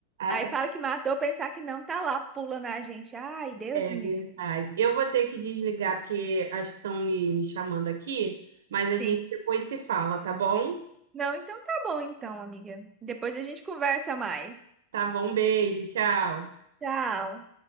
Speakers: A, on the right (about 85°); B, on the right (about 20°).
A: Atrai.
B: Aí fala que matou, pensar que não, tá lá pulando a gente. Ai, Deus
A: É
B: me
A: verdade.
B: livre.
A: Eu vou ter que desligar porque acho que estão me, me chamando aqui, mas a gente
B: Sim.
A: depois se fala, tá bom?
B: Não, então tá bom então, amiga. Depois a gente conversa mais.
A: Tá bom, beijo, tchau.
B: Tchau.